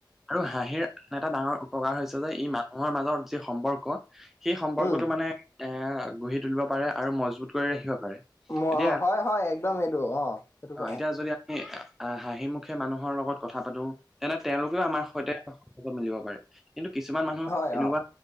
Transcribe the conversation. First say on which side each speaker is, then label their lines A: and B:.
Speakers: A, in the centre; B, on the left.
A: আৰু
B: অ,
A: হাঁহিৰ আন এটা ডাঙৰ উপকাৰ হৈছে যে ই মানুহৰ মাজত যি সম্পৰ্ক সেই সম্পৰ্কটো
B: উম,
A: মানে এ গঢ়ি তুলিব পাৰে আৰু মজবুত কৰি ৰাখিব পাৰে
B: ম
A: এতিয়া
B: হয়, হয় একদম এইটো অ'। সেইটো
A: অ',
B: কথা।
A: এতিয়া যদি আমি আহ হাঁহিমুখে মানুহৰ লগত কথা পাতোঁ। তেনে তেওঁলোকেও আমাৰ সৈতে সহযোগ মিলিব পাৰে কিন্তু কিছুমান মানুহ
B: হয়,
A: এনেকুৱা
B: অ,